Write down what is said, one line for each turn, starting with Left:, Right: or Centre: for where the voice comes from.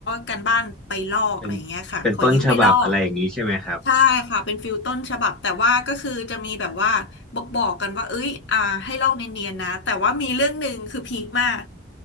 Left: กันบ้านไปลอกอะไรอย่างเงี้ยค่ะขอยืมไปลอก
Centre: เป็นเป็นต้นฉบับอะไรอย่างนี้ใช่ไหมครับ
Left: ใช่ค่ะเป็นฟิลต้นฉบับแต่ว่าก็คือจะมีแบบว่าบอกบอกกันว่าเอ้ยอ่าให้ลอกเนียนๆนะแต่ว่ามีเรื่องหนึ่งคือพีคมาก